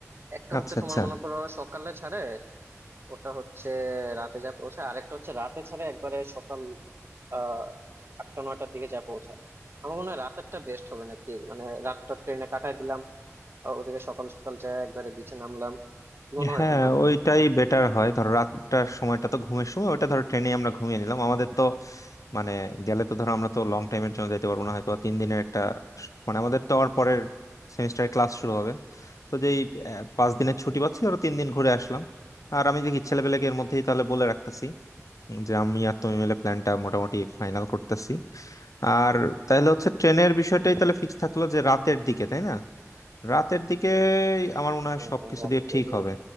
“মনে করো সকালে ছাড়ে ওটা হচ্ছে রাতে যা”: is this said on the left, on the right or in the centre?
Right